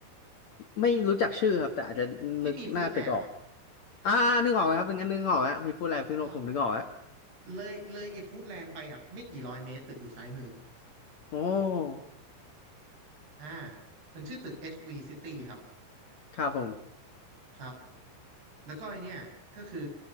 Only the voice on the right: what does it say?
ที่ที่มีฟู้ดแลนด์อะครับ
อ่าเลยเลยไอฟู้ดแลนด์ไปอ่ะไม่กี่ร้อยเมตรตึกอยู่ซ้ายมือ
อ่ามันชื่อตึก SV City ครับ
ครับแล้วก็ไอเนี่ยก็คือ